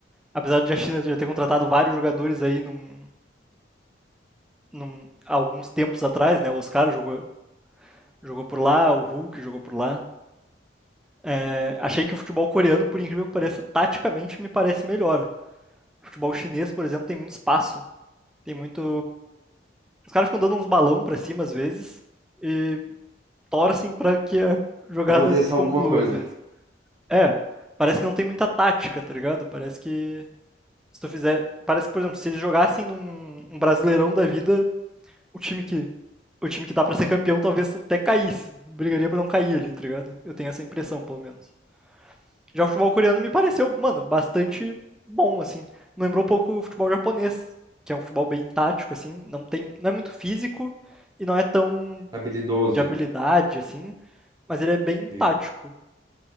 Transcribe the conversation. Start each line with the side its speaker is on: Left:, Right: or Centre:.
Centre: Apesar de a China já ter contratado vários jogadores aí num, num- há alguns tempos atrás, né? O Oscar jogou, jogou por lá, o Hulk jogou por lá. É, achei que o futebol coreano, por incrível que pareça, taticamente me parece melhor. O futebol chinês, por exemplo, tem muito espaço. Tem muito. Os caras ficam dando uns balão pra cima às vezes. E torcem para que a jogada
Right: Aconteça
Centre: se
Right: alguma
Centre: conclua
Right: coisa.
Centre: às vezes. É, parece que não tem muita tática, tá ligado? Parece que se tu fizer, parece que por exemplo, se eles jogassem num um Brasileirão da vida, o time que o time que dá para ser campeão talvez até caísse, brigaria para não cair ali, tá ligado? Eu tenho essa impressão, pelo menos. Já o futebol coreano me pareceu, mano, bastante bom assim. Me lembrou um pouco o futebol japonês, que é um futebol bem tático assim, não tem, não é muito físico e não é tão
Right: Habilidoso.
Centre: de habilidade assim, mas ele é bem
Right: Sim.
Centre: tático.